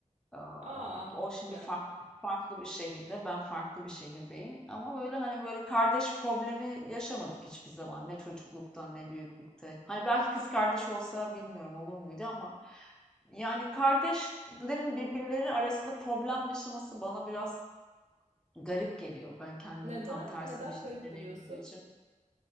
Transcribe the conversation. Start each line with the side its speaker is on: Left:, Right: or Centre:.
Centre: Aa,
Right: Aa
Centre: o şimdi
Right: ya
Centre: farklı farklı bir şehirde, ben farklı bir şehirdeyim. Ama böyle hani böyle kardeş problemi yaşamadık hiçbir zaman. Ne çocuklukta ne büyüklükte. Hani belki kız kardeş olsa bilmiyorum olur muydu ama yani kardeşlerin birbirleri arasında problem yaşaması bana biraz garip geliyor. Ben kendim
Right: neden
Centre: tam tersi
Right: neden
Centre: bir şey
Right: garip
Centre: deneyim
Right: buluyorsun?
Centre: olduğu için.